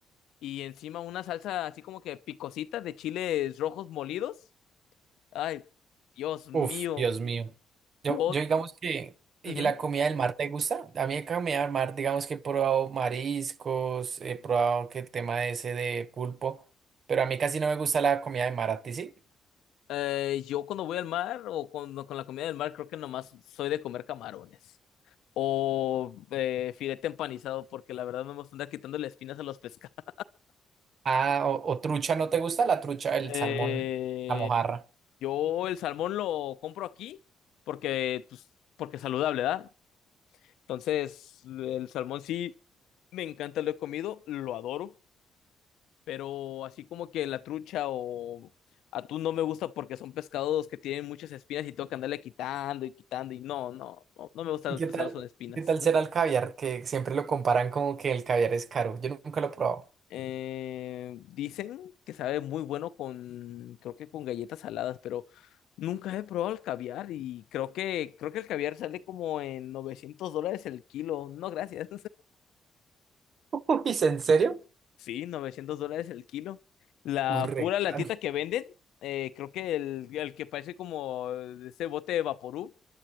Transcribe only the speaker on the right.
Uf, Dios mío. Yo,
yo digamos que, ¿y
la comida del mar te gusta? A mí la comida del mar, digamos que he probado mariscos, he probado que el tema ese de pulpo, pero a mí casi no me gusta la comida de mar, ¿a ti sí?
Ah, o, o trucha, ¿no te gusta la trucha, el
salmón, la mojarra?
¿Qué
tal?
¿Qué tal será el caviar? Que siempre lo comparan como que el caviar es caro. Yo nunca lo he probado.
<laughs> Uy, ¿es ¿en serio?
Uy, re
caro.